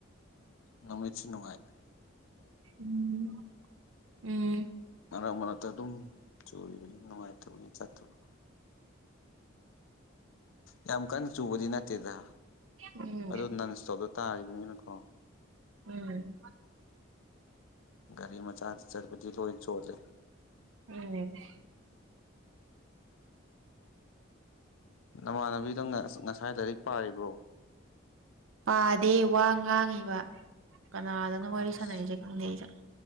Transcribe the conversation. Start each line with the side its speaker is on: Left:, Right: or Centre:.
Left: ꯅꯨꯃꯤꯠꯁꯤ ꯅꯨꯡꯉꯥꯏꯇꯦ
Right: ꯎꯝ ꯎꯝ
Left: ꯃꯔꯛ ꯃꯔꯛꯇ ꯑꯗꯨꯝ ꯆꯨꯔꯤꯕꯅꯤ ꯅꯨꯡꯉꯥꯏꯇꯕꯒꯤ ꯆꯠꯇ꯭ꯔꯕ ꯌꯥꯝ ꯀꯟꯅ ꯆꯨꯕꯗꯤ ꯅꯠꯇꯦꯗ
Right: ꯎꯝ
Left: ꯑꯗꯨ ꯅꯟ ꯏꯁꯇꯣꯞꯇ ꯇꯥꯔꯤꯕꯅꯤꯅꯀꯣ
Right: ꯎꯝ
Left: ꯒꯥꯔꯤ ꯃꯆꯥꯗ ꯆꯠꯄꯗꯤ ꯂꯣꯏ ꯆꯣꯠꯂꯦ
Right: <unintelligible>
Left: ꯅꯃꯥꯟꯅꯕꯤꯗꯣ ꯑꯁ ꯉꯁꯥꯏ ꯂꯥꯏꯔꯤꯛ ꯄꯥꯔꯤꯕ꯭ꯔꯣ
Right: ꯄꯥꯗꯦ ꯋꯥ ꯉꯥꯡꯉꯤꯕ ꯀꯅꯥꯗꯅꯣ ꯋꯥꯔꯤ
Left: ꯑꯁ
Right: ꯁꯥꯟꯅꯔꯤꯁꯦ ꯈꯪꯗꯦ ꯑꯩꯁꯨ